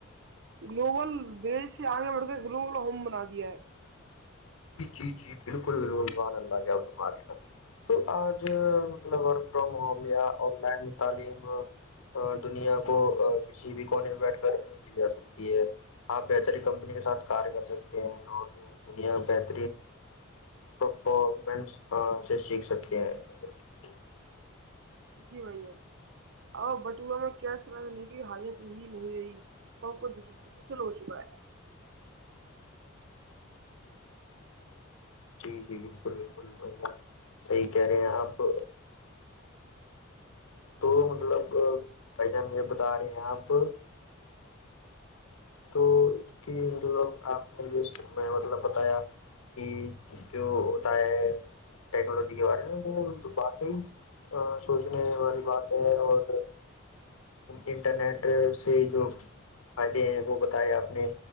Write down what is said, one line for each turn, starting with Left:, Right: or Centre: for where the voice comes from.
Right: گلوبل ولیج سے آگے بڑھ کر گلوبل ہوم بنا دیا ہے
Left: جی جی بالکل بالکل ران اللہ گ ہمارے یہاں تو آج مطلب ورک فرام ہوم یا آن لائن تعلیم دنیا کو کسی بھی کونے میں بیٹھ کر لی جا سکتی ہے آپ بہتری کمپنی کے ساتھ کار کر سکتے ہیں اور دنیا بتر پرفمنس سے سیکھ سکتے ہیں
Right: جی بھ اور بٹوا میں کیا سرنے کی حالیت ہی نہیں رہی سب کول ہو چکا ہے
Left: جی جی بالکل بالکل صحیح کہہ رہے ہیں آپ تو مطلب بھ جان یہ بتا رہے ہیں آپ تو اس کیلب آپ نے جو میں مطلب بتایا کہ جو ہوتا ہے ٹیکنالوجی کے بارے میں وہ بات ہی سوچنے والی بات ہے اور انٹرنیٹ سے جو فائدے ہیں وہ بتایا آپ نے